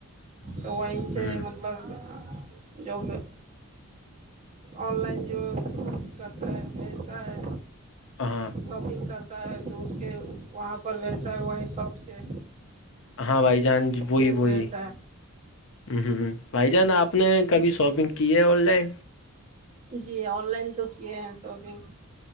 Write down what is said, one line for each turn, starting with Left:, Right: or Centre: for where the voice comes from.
Right: تو وہی سے
Left: ہ
Right: مطلب جو آن لائن جو سب کرتا ہے بھیجتا ہے
Left: ہاں
Right: شاپنگ کرتا ہے تو اس کے وہاں پر ملتا ہے وہیں شاپ سے
Left: ہاں بھائی جان بوئی
Right: سے
Left: بوئی
Right: بھیجتا ہے
Left: ہمم ہمم بھائی جان آپ اپ نے کبھی
Right: اس
Left: شاپنگ کی ہے آن لائن
Right: جی آن لائن تو کیے ہیں شاپنگ